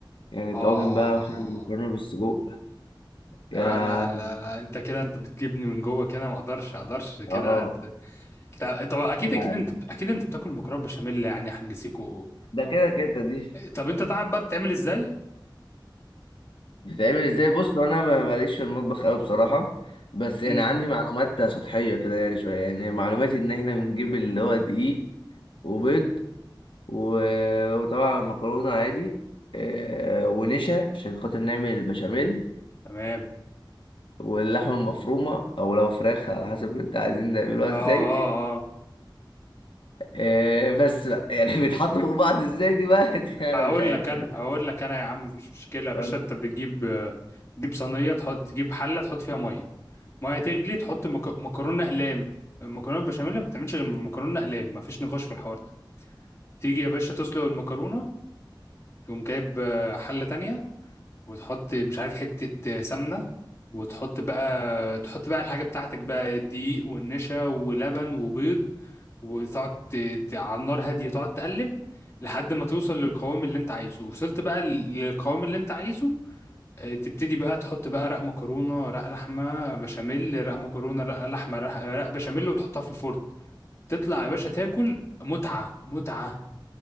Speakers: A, on the left; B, on the left.
A: يعني
B: اه
A: طواجن بقى مثلا مكرونه بالسجق يا
B: لا لا لا لا انت كده انت بتجيبني من جوه كده ما اقدرش اقدرش كده
A: اه
B: ت- ت- طب اكيد
A: لا،
B: اكيد انت
A: لا.
B: اكيد انت بتاكل مكرونه بشاميل يعني هنجسيكوا
A: ده كده كده دي
B: طب انت تعرف بقى بتعمل ازاي
A: بتعمل ازاي بص هو انا ما- ماليش في المطبخ قوي بصراحه بس يعني
B: امم
A: عندي معلومات سطحيه كده يعني شويه يعني معلوماتي ان احنا بنجيب اللي هو دقيق وبيض و- وطبعا مكرونه عادي آه، ونشا عشان خاطر نعمل البشاميل
B: تمام
A: واللحمه المفرومه او لو فراخ على حسب انت عايزين نعملوها
B: اه اه
A: ازاي <laughs>
B: اه
A: آه، بس بقى يعني بيتحطوا فوق بعض ازاي دي بقى <laughs> دي انا
B: اقول
A: مش عارف
B: لك انا
A: يعني
B: اقول لك انا يا عم مفيش مشكله يا باشا
A: قول-
B: انت بتجيب آه، تجيب صينيه تحط تجيب حله تحط فيها ميه ميه تغلي تحط مك... مكرونه اقلام المكرونه البشاميل ما بتعملش غير من مكرونه اقلام مفيش نقاش في الحوار ده تيجي يا باشا تسلق المكرونه تقوم جايب آه، حله تانية وتحط مش عارف حتة سمنة وتحط بقى تحط بقى الحاجة بتاعتك بقى دقيق والنشا ولبن وبيض وتقعد ت- ت- على النار هادية تقعد تقلب لحد ما توصل للقوام اللي انت عايزه وصلت بقى لل- للقوام اللي انت عايزه آه، تبتدي بقى تحط بقى رق مكرونة رق لحمة بشاميل رق مكرونة رق لحمة رق رق بشاميل وتحطها في الفرن تطلع يا باشا تاكل متعة متعة